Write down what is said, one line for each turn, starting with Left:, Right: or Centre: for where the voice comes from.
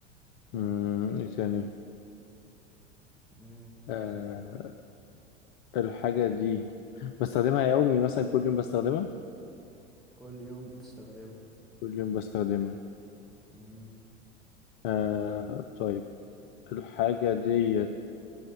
Left: مم، إيه تاني؟
Centre: مم.
Left: آه، الحاجة دي بستخدمها يومي مثلا كل يوم بستخدمها؟
Centre: كل يوم بتستخدمها
Left: كل يوم بستخدمها
Centre: مم.
Left: آه، طيب الحاجة ديت